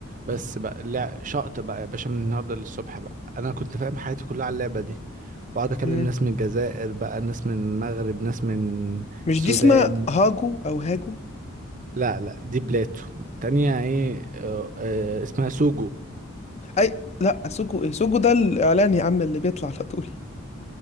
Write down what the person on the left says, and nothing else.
مم.
مش
دي اسمها هاجو او هاجو
اي لا سوجو ايه سوجو ده الاعلان يا عم اللي بيطلع على طول